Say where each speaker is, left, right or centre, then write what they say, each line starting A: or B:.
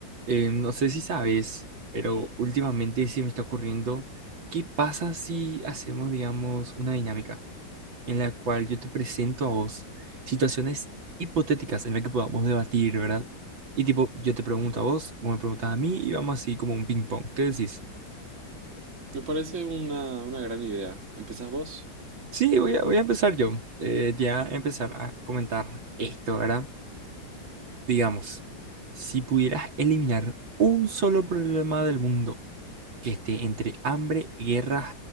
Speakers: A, on the right; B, on the right.
A: Eh, no sé si sabes, pero últimamente se me está ocurriendo, ¿qué pasa si hacemos, digamos, una dinámica en la cual yo te presento a vos situaciones hipotéticas en las que podamos debatir, ¿verdad? Y tipo, yo te pregunto a vos, vos me preguntas a mí y vamos así como un ping pong. ¿Qué decís?
B: Me parece una, una gran idea. ¿Empezás vos?
A: Sí, voy a, voy a empezar yo. Eh, ya empezar a comentar esto, ¿verdad? Digamos, si pudieras eliminar un solo problema del mundo, que esté entre hambre, guerras